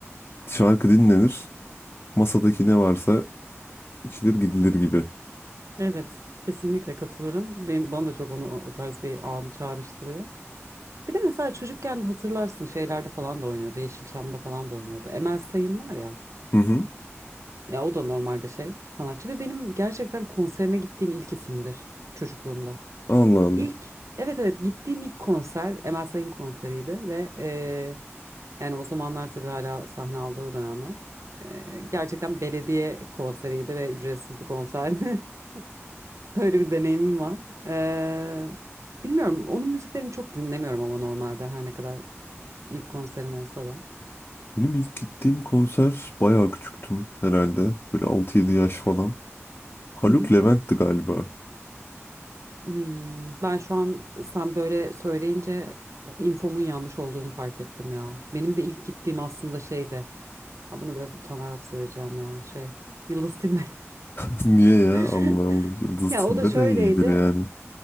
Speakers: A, on the left; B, on the right.
A: e, şarkı dinlenir masadaki ne varsa içilir gidilir gibi.
B: Evet, kesinlikle katılırım. Benim, bana da çok onu o o tarz bir anı çağrıştırıyor. Bir de mesela çocukken de hatırlarsın şeylerde falan da oynuyordu. Yeşilçam'da falan da oynuyordu. Emel Sayın var ya.
A: Hı hı.
B: Ya o da normalde şey sanatçı ve benim gerçekten konserine gittiğim ilk isimdir çocukluğumda.
A: Allah Allah.
B: İlk evet evet gittiğim ilk konser Emel Sayın konseriydi ve eee, yani o zamanlar tabii hala sahne aldığı dönemler. Eee, gerçekten belediye konseriydi ve ücretsiz bir konserdi. <laughs> Öyle bir deneyimim var. Ee, bilmiyorum. Onun müziklerini çok dinlemiyorum ama normalde her ne kadar ilk konserim olsa da.
A: Benim ilk gittiğim konser bayağı küçüktüm herhalde. Böyle altı yedi yaş falan. Haluk
B: Hı hı.
A: Levent'ti galiba.
B: Hmm, ben şu an sen böyle söyleyince infomun yanlış olduğunu fark ettim ya. Benim de ilk gittiğim aslında şeydi. Ha, bunu biraz utanarak söyleyeceğim ya. Şey, Yıldız Tilbe.
A: <laughs> Niye ya?
B: <laughs>
A: Allah Allah. Yıldız
B: Ya
A: Tilbe
B: o da şöyleydi.
A: de iyidir yani.